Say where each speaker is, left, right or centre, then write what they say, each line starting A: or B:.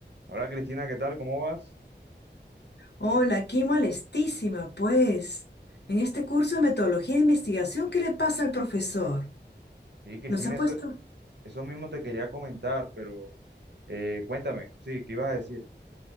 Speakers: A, on the right (about 65°); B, on the left (about 65°).
A: Hola Cristina, ¿qué tal? ¿Cómo vas?
B: Hola, aquí molestísima, pues. En este curso de metodología de investigación, ¿qué le pasa al profesor?
A: Sí, Cristina,
B: Nos ha puesto...
A: eso, eso mismo te quería comentar, pero eh, cuéntame, sí, ¿qué ibas a decir?